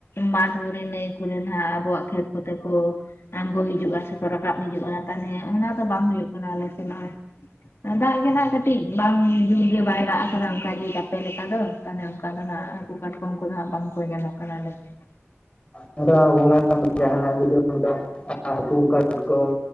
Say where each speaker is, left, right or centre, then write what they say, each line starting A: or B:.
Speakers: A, on the left; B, on the left.
A: ᱢᱟᱴ ᱵᱟᱸᱫᱽ ᱢᱮ ᱱᱟᱹᱭ ᱠᱚᱨᱮ ᱱᱟᱦᱟᱸᱜ ᱟᱵᱚᱣᱟᱜ ᱠᱷᱮᱛ ᱠᱚᱛᱮ ᱠᱚ ᱟᱬᱜᱚ ᱦᱤᱡᱩᱜᱼᱟ ᱥᱮᱠᱚ ᱨᱟᱠᱟᱵ ᱦᱤᱡᱩᱜᱼᱟ᱾ ᱛᱟᱱᱮ ᱚᱱᱟ ᱫᱚ ᱵᱟᱝ ᱦᱩᱭᱩᱜ ᱠᱟᱱᱟ ᱟᱞᱮ ᱥᱮᱜ ᱱᱚᱜᱼᱚᱭ ᱮᱸ ᱫᱟᱜᱽ ᱜᱮ ᱱᱟᱜ ᱠᱟᱹᱴᱤᱜ ᱵᱟᱝ ᱡᱚᱨ ᱜᱮ ᱵᱟᱭ ᱫᱟᱜᱽ ᱠᱟᱫᱟ ᱚᱝᱠᱟᱜ ᱜᱮ ᱪᱟᱯᱮ ᱞᱮᱠᱟ ᱫᱚ ᱛᱟᱦᱚᱞᱮ ᱚᱝᱠᱟ ᱫᱚ ᱱᱟᱦᱟᱸᱜ ᱦᱟᱹᱠᱚ ᱠᱟᱴᱠᱚᱢ ᱠᱚᱫᱚ ᱦᱟᱸᱜ ᱵᱟᱝ ᱠᱚ ᱧᱟᱢᱚᱜ ᱠᱟᱱᱟ ᱟᱞᱮ ᱥᱮᱜ ᱫᱚ᱾
B: ᱟᱫᱚ ᱟᱵᱚ ᱢᱟ ᱡᱟᱦᱟᱸᱱᱟᱜ ᱡᱩᱫᱤᱵᱚᱱ <unintelligible> ᱦᱟᱹᱠᱩ ᱠᱟᱴᱠᱚᱢ